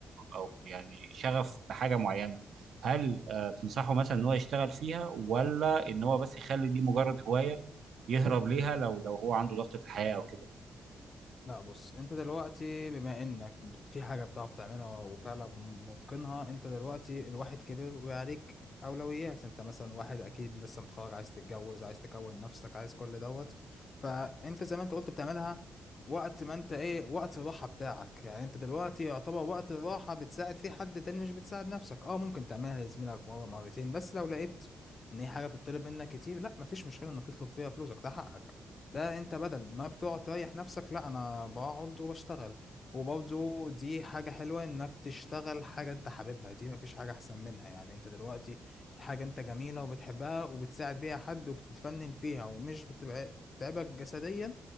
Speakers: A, on the right; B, on the left.
A: أو يعني شغف بحاجة معينة هل آه، تنصحه مثلا إن هو يشتغل فيها ولا إن هو بس يخلي دي مجرد هواية يهرب ليها لو لو هو عنده ضغط في الحياة أو كده
B: لا بص انت دلوقتي بما انك في حاجة بتعرف تعملها وفعلا متقنها انت دلوقتي الواحد كبر وعليك اولويات انت مثلا واحد اكيد لسه متخرج عايز تتجوز عايز تكون نفسك عايز كل دوت فانت زي ما انت قلت بتعملها وقت ما انت ايه وقت الراحة بتاعك يعني انت دلوقتي يعتبر وقت الراحة بتساعد فيه حد تاني مش بتساعد نفسك اه ممكن تعملها لزميلك مرة مرتين بس لو لقيت ان هي حاجة بتطلب منك كتير لا مفيش مشكلة انك تطلب فيها فلوسك ده حقك ده انت بدل ما بتقعد تريح نفسك لا انا بقعد وبشتغل وبرضه دي حاجة حلوة انك تشتغل حاجة انت حاببها دي مفيش حاجة احسن منها يعني انت دلوقتي حاجة انت جميلة وبتحبها وبتساعد بيها حد وبتتفنن فيها ومش بتبع- بتتعبك جسديا